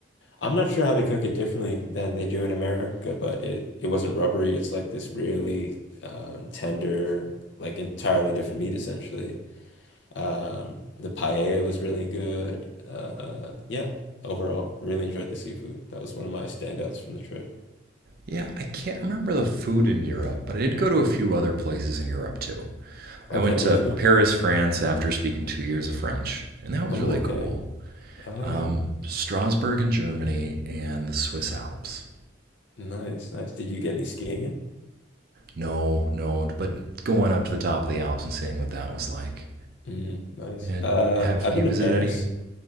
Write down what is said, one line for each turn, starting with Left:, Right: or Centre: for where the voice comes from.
Left: I'm not sure how they cook it differently than they do in America, but it it wasn't rubbery. It's like this really um, tender, like entirely different meat essentially. Um, the paella was really good. Uh, yeah, overall, really enjoyed the seafood. That was one of my standouts from the trip.
Right: Yeah, I can't remember the food in Europe, but I did go to a few other places in Europe too. I
Left: Okay,
Right: went
Left: where'd
Right: to
Left: you go?
Right: Paris, France after speaking two years of French, and that was
Left: Oh,
Right: really
Left: okay.
Right: cool.
Left: Oh
Right: Um,
Left: yeah,
Right: Strasbourg in Germany and the Swiss Alps.
Left: nice, nice. Did you get any skiing in?
Right: No, no, but going up to the top of the Alps and seeing what that was like.
Left: Mm, nice.
Right: And
Left: Uh,
Right: have
Left: I've
Right: you
Left: been
Right: visited
Left: to Paris.
Right: any?